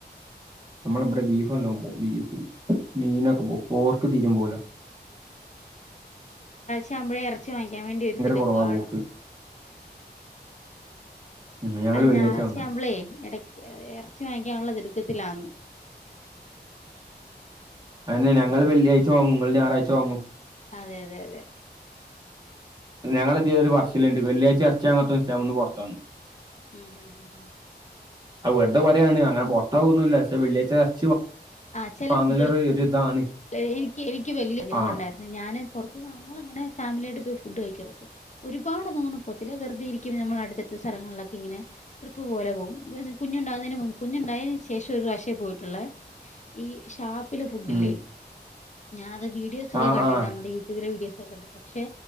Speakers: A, on the right (about 25°); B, on the left (about 45°).
A: നമ്മളിവിടെ ബീഫ്നല്ലം പോവും ബീഫ് മീനൊക്കെ പോവും പോർക്ക് തീരേം പോവൂല്ല
B: ച്ചാവുമ്പളെ എറച്ചി വാങ്ങിക്കാൻ വേണ്ടി ഒരു തിടുക്കാണ്
A: കുറവാ പോക്ക് ഉം, ഞങ്ങള്
B: അല്ല
A: വെള്ളിയാഴ്ച
B: ഞായറാഴ്ച്ചാവുമ്പളേ
A: വാങ്ങാ
B: എട എറച്ചി വാങ്ങിക്കാനുള്ള തിടുക്കത്തിലാന്ന്
A: അതെ ഞങ്ങള് വെള്ളിയാഴ്ച വാങ്ങും നിങ്ങൾ ഞായറാഴ്ച വാങ്ങും.
B: അതെ അതെ അതെ
A: ഞങ്ങളെതി ഒരു പർച്ചിലൊണ്ട് വെള്ളിയാഴ്ച എർച്ചി വാങ്ങാത്തോൻ ഇസ്ലാമ്ന്ന് പൊറത്താന്ന്
B: ഉം ഹും ഹും
A: അത് വെറുതെപറയാണ് അങ്ങനെ പോർത്താ വൊന്നൂല്ല്യ പക്ഷെ വെള്ളിയായ്ച്ച എർച്ചി വാ
B: ആഹ് ചില
A: വാങ്ങളൊർ
B: ഫുഡുകൾ
A: ഒരു ഇതാണ്.
B: എനിക്ക് എനിക്ക് വലിയഗ്രഹം
A: ആഹ്
B: ഉണ്ടായിരുന്നു ഞാന് പുറത്ത് അത് ഞങ്ങളങ്ങനെ ഫാമിലിയായിട്ട് പോയി ഫുഡ് കഴിക്കണം ഒരുപാട് അങ്ങനെയൊന്നും പോകില്ല വെറുതെയിരിക്കുമ്പോ നമ്മളുടെ അടുത്തടുത്ത സ്ഥലത്ത് സ്ഥങ്ങളിലൊക്കെ ഇങ്ങനെ ട്രിപ്പ് പോലെ പോകും കുഞ്ഞുണ്ടാകുന്നതിന് മുമ്പ്. കുഞ്ഞുണ്ടായതിനു ശേഷം ഒരു പ്രാവശ്യമേ. പോയിട്ടുള്ളൂ ഏ.. ഈ ഷാപ്പിലെ ഫുഡില്ലേ
A: ഉം
B: ഞാനത് വീഡിയോസ് ഒക്കെ
A: ആഹ്
B: കണ്ടിട്ട്
A: ആഹ്
B: നമ്മുടെ യൂട്യൂബിലെ വീഡിയോസ് കണ്ട് പക്ഷെ